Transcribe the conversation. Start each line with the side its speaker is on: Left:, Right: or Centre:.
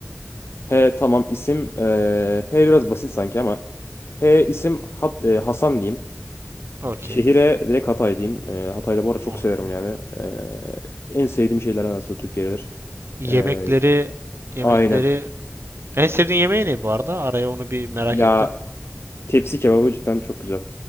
Left: He tamam isim e, H biraz basit sanki ama H isim Hat- e, Hasan diyeyim.
Right: Okey.
Left: Şehire direkt Hatay diyeyim. Ee, Hatay'da bu arada çok
Right: Okey.
Left: severim yani. Ee, en sevdiğim şeylerden aslında Türkiye'dedir.
Right: Yemekleri
Left: Ee,
Right: yemekleri
Left: aynen.
Right: en sevdiğin yemeği ne bu arada? Araya onu bir merak
Left: Ya
Right: ettim.
Left: tepsi kebabı cidden çok güzel.